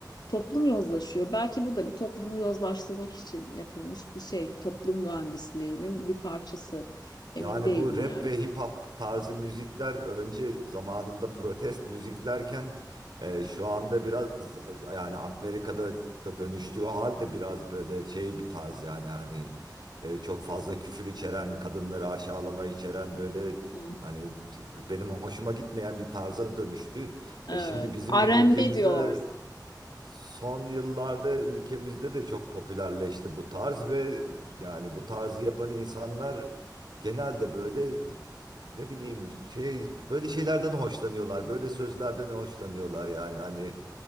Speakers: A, on the left; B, on the right.
A: toplum yozlaşıyor belki bu da bir toplumu yozlaştırmak için yapılmış bir şey toplum mühendisliğinin bir parçası
B: Yani
A: emin değilim
B: bu rap
A: yani.
B: ve hip hop tarzı müzikler önce zamanında protest müziklerken e, şu anda biraz e, yani Amerika'da da dönüştüğü halde biraz böyle şey bir tarz yani hani e, çok fazla küfür içeren, kadınları aşağılama içeren böyle
A: Hı hı.
B: hani benim hoşuma gitmeyen bir tarza dönüştü.
A: Evet.
B: E şimdi bizim
A: R&B
B: ülkemizde
A: diyorlar
B: de
A: sana.
B: Son yıllarda ülkemizde de çok popülerleşti bu tarz ve yani bu tarzı yapan insanlar genelde böyle ne bileyim şey böyle şeylerden hoşlanıyorlar. Böyle sözlerden hoşlanıyorlar yani hani